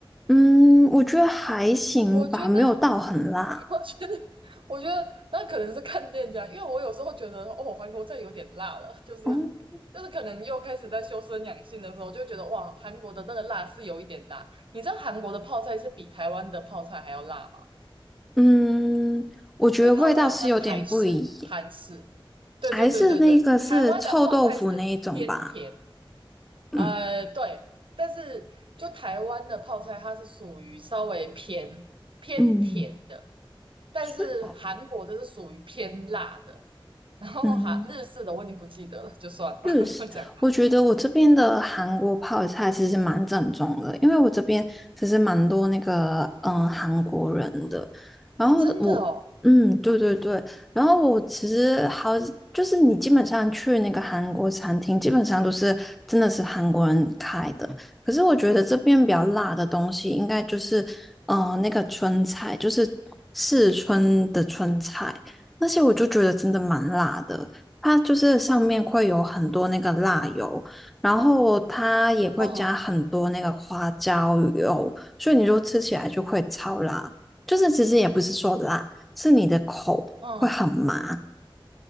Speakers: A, in the centre; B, on the right.
A: 嗯，我觉得还行吧，
B: 我觉得
A: 没有到很辣，
B: 我觉得，我觉得那可能是看店家，因为我有时候觉得哦，韩国菜有点辣了，就是
A: 嗯
B: 就是可能又开始在修身养性的时候，就觉得哇，韩国的那个辣是有一点辣。你知道韩国的泡菜是比台湾的泡菜还要辣吗？
A: 嗯。我觉得味道是有点不一样。
B: 因为泡菜有分台式、韩式，对对对对对，
A: 还是那个是臭豆腐那一种吧？
B: 台湾的泡菜是偏甜。呃，
A: 嗯
B: 对，但是就台湾的泡菜，它是属于稍微偏偏甜的，
A: 嗯，
B: 但是韩国的是属于偏辣的。
A: 是
B: 然后韩日式的我已经不记得了，
A: 嗯，
B: 就算了。
A: 日式，
B: <laughs> 讲
A: 我觉得我这边的韩国泡菜其实蛮正宗的，因为我这边其实蛮多那个嗯韩国人的。然后我嗯对对对，
B: 哦，真的哦，
A: 然后我其实好就是你基本上去那个韩国餐厅，基本上都是真的是韩国人开的。可是我觉得这边比较辣的东西，应该就是嗯、呃那个春菜，就是四川的春菜，那些我就觉得真的蛮辣的。它就是上面会有很多那个辣油，然后它也会加很多那个花椒油，
B: 嗯
A: 所以你就吃起来就会超辣。就是其实也不是说辣，是你的口会很麻，
B: 嗯，